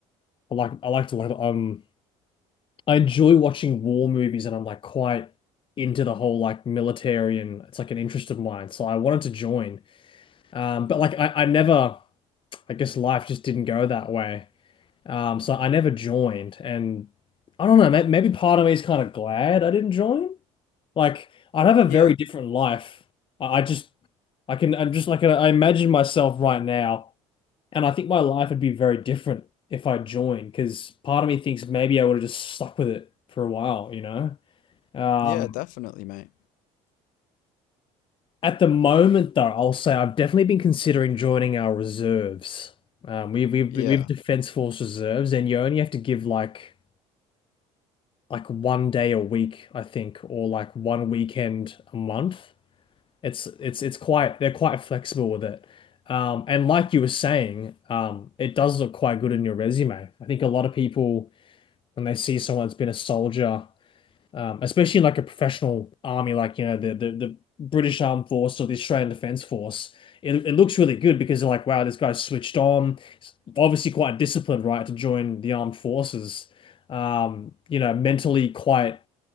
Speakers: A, on the left; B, on the left.
A: I like I like to like um I enjoy watching war movies and I'm like quite into the whole like military and it's like an interest of mine. So I wanted to join. Um, but like I, I never, I guess life just didn't go that way. Um, so I never joined and I don't know, may- maybe part of me is kind of glad I didn't join. Like I'd have a
B: Yeah,
A: very different life. I, I just, I can, I'm just like, I imagine myself right now and I think my life would be very different if I joined because part of me thinks maybe I would have just stuck with it for a while, you know? Um,
B: yeah, definitely, mate.
A: at the moment, though, I'll say I've definitely been considering joining our reserves. Um, we we we've
B: Yeah,
A: Defense Force reserves, and you only have to give like like one day a week, I think, or like one weekend a month. It's it's it's quite they're quite flexible with it. Um, and like you were saying, um, it does look quite good in your resume. I think a lot of people when they see someone that's been a soldier. um, especially in like a professional army, like you know the the, the British Armed Force or the Australian Defence Force. It, it looks really good because they're like, wow, this guy's switched on. He's Obviously, quite disciplined, right, to join the armed forces. Um, you know, mentally quite